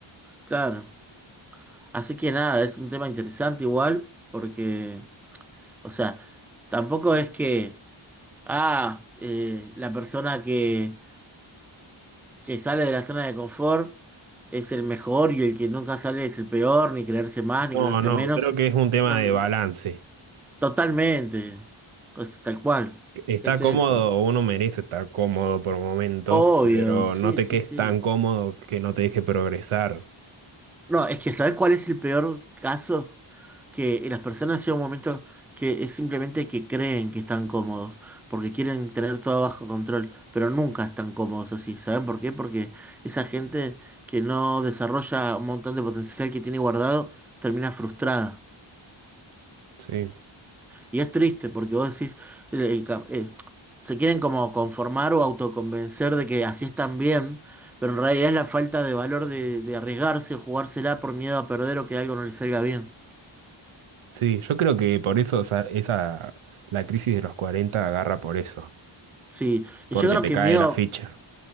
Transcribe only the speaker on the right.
No,
no,
creo que es un tema
de balance.
Está
cómodo,
uno merece estar cómodo por momentos,
pero
no te
quedes
tan cómodo que no te deje progresar.
Sí,
sí, yo creo que por eso esa, esa- la crisis de los 40 agarra por eso,
porque
te
cae
la ficha.